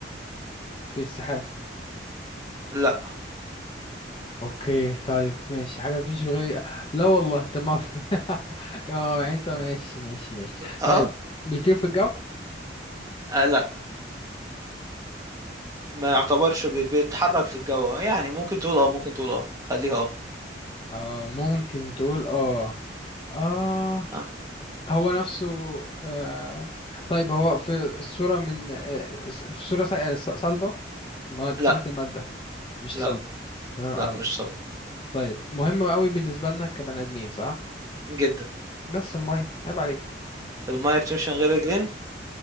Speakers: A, on the left (about 25°); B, on the right (about 20°).
A: في السحاب
B: لا
A: اوكي طيب ماشي حاجة بتمشي من غير لا والله تمام <laughs> اه يعني انت ماشي ماشي ماشي
B: اه
A: طيب بيطير في الجو
B: آه لا ما يعتبرش بي- بيتحرك في الجو يعني ممكن تقول اه ممكن تقول اه خليها اه
A: آه ممكن تقول اه اه
B: ها
A: هو نفسه آه طيب هو في صورة من آه في صورة ص- آه، ص- صلبة مواد-
B: لا
A: صورة المادة مش
B: لا
A: صلبة تمام أوي
B: لا مش صلب
A: طيب مهم أوي بالنسبة لنا كبني آدمين صح؟
B: جدا
A: بس المية عيب عليك
B: المية بتمشي من غير رجلين